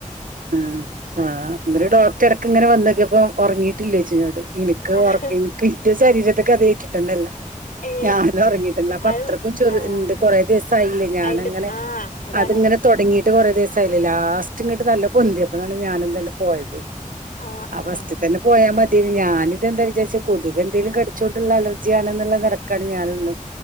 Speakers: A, on the right; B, on the left.
A: ആഹ് ആഹ് ന്നരു ഡോക്ടർ എട്ക്ക്ങ്ങനെ വന്നൊക്യപ്പം ഒർങ്ങീട്ടില്ലേയ്ച് ന്നോട് ഇനിക്കവ്
B: ആഹ്
A: ഒർക് ഇൻക് ഇന്റെ ശരീരത്ക്ക് അത് ഏറ്റിട്ടന്നെല്ല
B: ഏ
A: ഞാൻ ഒറങ്ങിട്ടില്ല അപ്പൊ
B: അത്
A: അത്രയ്ക്കും ചൊറ
B: ആഹ്
A: ണ്ട് കൊറെ ദിവസായില്ലേ ഞാനങ്ങനെ
B: അയിന്റെ ആഹ് അതാണ്
A: അത്ങ്ങനെ ന്നെ തൊടങ്ങിട്ട് കൊറെ ദിസായിലെ ലാസ്റ്റ് ഇങ്ങട്ട് നല്ല പൊന്തിയപ്പളാണ് ഞാനതന്നെ പോയത്
B: ആഹ് ആഹ്
A: അ ഫസ്റ്റ് തന്നെ പോയാ മതി- നി ഞാനിതെന്താ വിചാരിചെ കൊതുകെന്തേലും കടിച്ചോണ്ടുള്ള അലർജ്യാണ് ന്ന്ള്ള നെലക്കാണ് ഞാനും നിന്നെ